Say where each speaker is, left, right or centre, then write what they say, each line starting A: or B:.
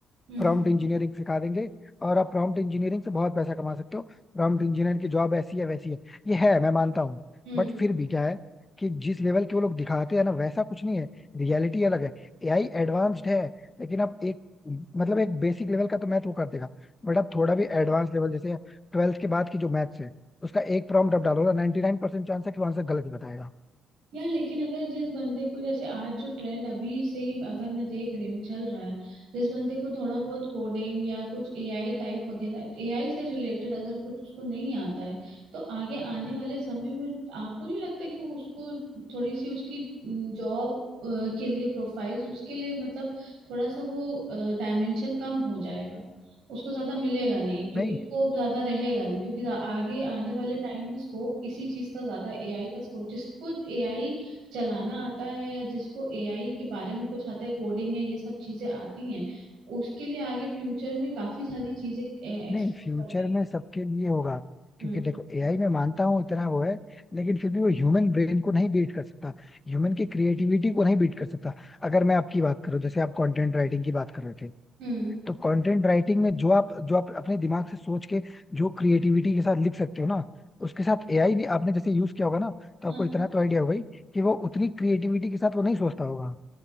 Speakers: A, on the right; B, on the left.
A: हम्म
B: प्रॉम्प्ट इंजीनियरिंग सिखा देंगे और आप प्रॉम्प्ट इंजीनियरिंग से बहुत पैसा कमा सकते हो प्रॉम्प्ट इंजीनियर की जॉब ऐसी है वैसी है ये है मैं मानता हूँ
A: हम्म।
B: बट फिर भी क्या है कि जिस लेवल के वो लोग दिखाते हैं ना वैसा कुछ नहीं है रियलिटी अलग है एआई एडवांस्ड है लेकिन आप एक मतलब एक बेसिक लेवल का तो मैथ वो कर देगा बट आप थोड़ा भी एडवांस लेवल जैसे ट्वेल्थ के बाद की जो मैथ्स है उसका एक प्रॉम्प्ट आप डालो ना नाइनटी नाइन परसेंट चांस है कि वो आंसर गलत ही बताएगा
A: यार लेकिन अगर जिस बंदे को जैसे आज जो ट्रेंड अभी से ही अगर मैं देख रही हूँ चल रहा है जिस बंदे को थोड़ा बहुत कोडिंग या कुछ एआई टाइप वगैरह एआई से रिलेटेड अगर कुछ उसको नहीं आता है तो आगे आने वाले समय में आपको नहीं लगता कि उसको थोड़ी सी उसकी जॉब के लिए प्रोफाइल उसके लिए मतलब थोड़ा सा वो डायमेंशन कम हो जाएगा उसको ज्यादा मिलेगा नहीं क्योंकि
B: नहीं
A: स्कोप ज्यादा रहेगा नहीं क्योंकि जा- आगे आने वाले टाइम में स्कोप इसी चीज का ज्यादा एआई का स्कोप जिसको एआई चलाना आता है या जिसको एआई के बारे में कुछ आता है कोडिंग है ये सब चीजें आती हैं उसके लिए आगे फ्यूचर में काफी सारी चीजें एक्सप्लोर
B: नहीं फ्यूचर
A: करने
B: में सबके लिए होगा
A: को।
B: क्योंकि
A: हम्म
B: देखो एआई में मानता हूँ इतना वो है लेकिन फिर भी वो ह्यूमन ब्रेन को नहीं बीट कर सकता ह्यूमन की क्रिएटिविटी को नहीं बीट कर सकता अगर मैं आपकी बात करूँ जैसे आप कंटेंट राइटिंग की बात कर रहे थे
A: हम्म
B: तो कंटेंट राइटिंग में जो आप जो आप अपने दिमाग से सोच के जो क्रिएटिविटी के साथ लिख सकते हो ना उसके साथ एआई ने आपने जैसे यूज किया होगा ना तो
A: हाँ
B: आपको इतना तो आइडिया होगा ही कि वो उतनी क्रिएटिविटी के साथ वो नहीं सोचता होगा